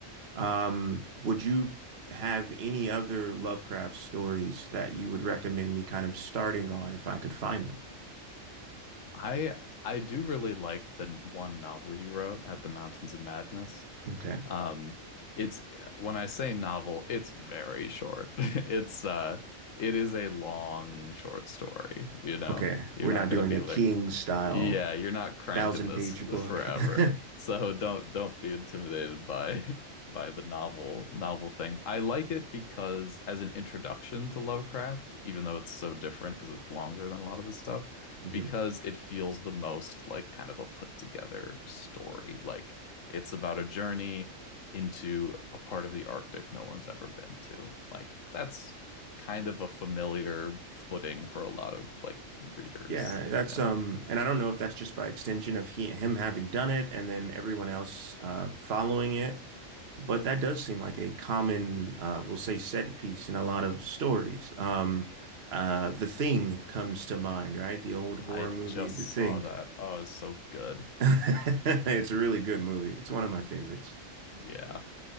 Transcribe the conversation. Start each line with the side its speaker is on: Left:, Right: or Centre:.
Right: Um, would you have any other Lovecraft stories that you would recommend me kind of starting on if I could find them?
Left: I I do really like the one novel he wrote at the Mountains of Madness.
Right: Okay.
Left: Um, it's when I say novel, it's very short. <laughs> It's uh it is a long short story, you know.
Right: Okay.
Left: You're
Right: We're
Left: not
Right: not
Left: gonna
Right: doing
Left: be
Right: a
Left: like
Right: King style
Left: yeah, you're not cranking
Right: thousand
Left: this
Right: page book.
Left: forever.
Right: <laughs>
Left: So don't don't be intimidated by <laughs> by the novel novel thing. I like it because as an introduction to Lovecraft, even though it's so different because it's longer than a lot of his stuff,
Right: hmm
Left: because it feels the most like kind of a put together story. Like it's about a journey into a part of the Arctic no one's ever been to. Like that's kind of a familiar footing for a lot of like readers,
Right: Yeah, that's
Left: you know.
Right: um and I don't know if that's just by extension of he him having done it and then everyone else uh following it, but that does seem like a common uh we'll say set piece in a lot of stories. Um uh The Thing comes to mind, right? The old horror
Left: I
Right: movie
Left: just
Right: The Thing.
Left: saw that. Oh, so good.
Right: <laughs> It's a really good movie. It's one of my favorites.
Left: Yeah.